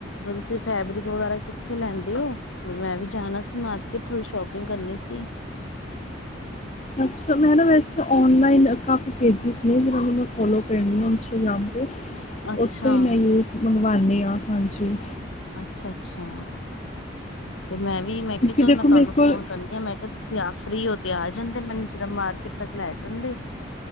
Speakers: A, on the left (about 85°); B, on the left (about 35°).
A: ਤੁਸੀਂ ਫੈਬਰਿਕ ਵਗੈਰਾ ਕਿੱਥੇ ਲੈਂਦੇ ਓ? ਮੈਂ ਵੀ ਜਾਣਾ ਸੀ ਮਾਰਕੀਟ, ਥੋੜ੍ਹੀ ਸ਼ੋਪਿੰਗ ਕਰਨੀ ਸੀ।
B: ਅੱਛਾ ਮੈਂ ਨਾ ਵੈਸੇ ਤਾਂ ਔਨਲਾਈਨ, ਕਾਫੀ ਪੇਜ਼ਿਸ ਨੇ ਜਿਨਾਂ ਨੂੰ, ਮੈਂ ਫੋਲੋ ਕਰਨੀ ਆ ਇੰਸਟਾਗ੍ਰਾਮ। ਉੱਥੋਂ
A: ਅੱਛਾ,
B: ਹੀ, ਮੈਂਨਯੂ ਮੰਗਵਾਉਂਣੀ ਆ, ਹਾਂਜੀ।
A: ਅੱਛਾ-ਅੱਛਾ, ਤੇ ਮੈਂ ਵੀ, ਮੈਂ ਕਿਆ
B: ਕਿਉਂਕਿ
A: ਚਲ
B: ਦੇਖੋ
A: ਮੈਂ
B: ਮੇਰੇ
A: ਤੁਹਾਨੂੰ
B: ਕੋਲ
A: ਫੋਨ ਕਰਨ। ਮੈਂ ਕਿਹਾ, ਤੁਸੀਂ ਆਪ ਫਰੀ ਹੋ ਤੇ ਆ ਜਾਂਦੇ? ਮੈਨੂੰ ਜ਼ਰਾ ਮਾਰਕੀਟ ਤੱਕ ਲੈ ਜਾਂਦੇ।